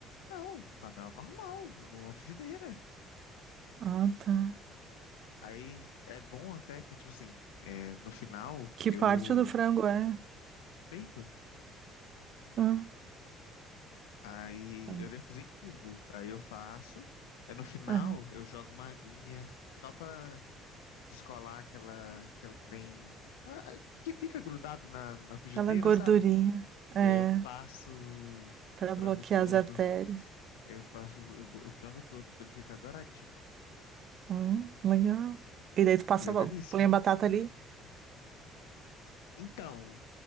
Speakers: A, on the left; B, on the right.
A: Não, panela normal, numa frigideira.
B: Ah, tá.
A: Aí é bom até, porque, tipo assim, é, no final
B: Que
A: eu
B: parte do frango é?
A: peito.
B: Ah,
A: Aí
B: tá.
A: eu devo fazer em cubo. Aí eu faço. Aí no final
B: Aham.
A: eu jogo uma aguinha só pra descolar aquela, aquela trem. ah, Que fica grudado na, na frigideira,
B: Aquela gordurinha.
A: sabe?
B: É,
A: E aí eu passo o
B: pra
A: frango
B: bloquear
A: todo.
B: as artérias.
A: Eu faço o, o frango todo pra ele ficar douradinho.
B: Hum, legal. E daí tu passa,
A: Fica
B: a
A: delícia.
B: ba- põe a batata ali.
A: Então,